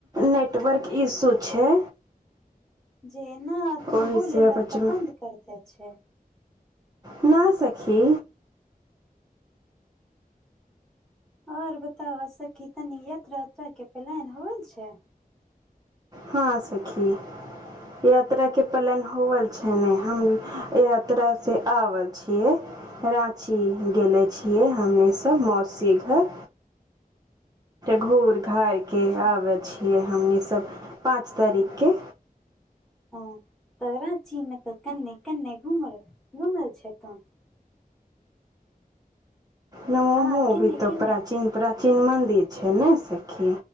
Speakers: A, on the right; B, in the centre.
A: नेटवर्क इशू छै
B: जेना तू
A: ओहिसँ
B: बोले ल
A: बचबू
B: तऽ बंद कर दे छै
A: न सखी
B: आऔर बता सब की तनि यात्रा के प्लान होल छै
A: हँ सखी यात्रा के पलन होल छै ने हम यात्रा से आवल छियै राँची गेले छियै
B: अच्छा
A: हमनीसभ मौसी घर घूर घार के
B: अच्छा
A: आबे छियै हमनी सब पाँच तारीख
B: हँ
A: के
B: हँ तऽ राची मे तऽ कन्ने कन्ने घुमल घुमल छै तऽ
A: ने ओहो
B: आ केन्ने
A: भी तो
B: केन्ने
A: प्राचीन प्राचीन मदिर छै ने सखी